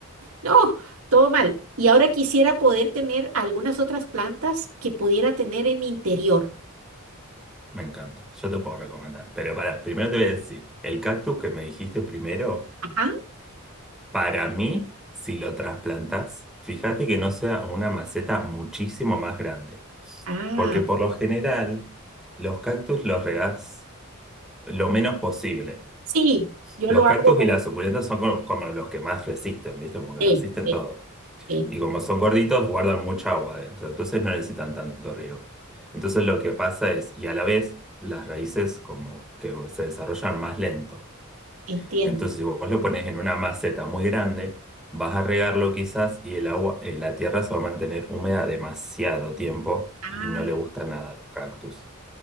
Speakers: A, on the right; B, in the centre.
A: no, todo mal. Y ahora quisiera poder tener algunas otras plantas que pudiera tener en interior.
B: me encanta. Yo te puedo recomendar. Pero para, primero te voy a decir, el cactus que me dijiste primero
A: Ajá.
B: Para mí, si lo trasplantas, fíjate que no sea una maceta muchísimo más grande,
A: Ah,
B: porque por lo general los cactus los regás lo menos posible.
A: sí, yo
B: Los
A: lo
B: cactus
A: hago.
B: y las suculentas son como, como los que más resisten, ¿viste? Como que
A: Sí,
B: resisten
A: sí,
B: todo.
A: sí,
B: Y como son gorditos, guardan mucha agua adentro, entonces no necesitan tanto riego. Entonces lo que pasa es, y a la vez, las raíces como que se desarrollan más lento.
A: entiendo.
B: Entonces, si vos lo pones en una maceta muy grande, vas a regarlo quizás y el agua, eh, la tierra se va a mantener húmeda demasiado tiempo
A: Ah,
B: y no le gusta nada a los cactus.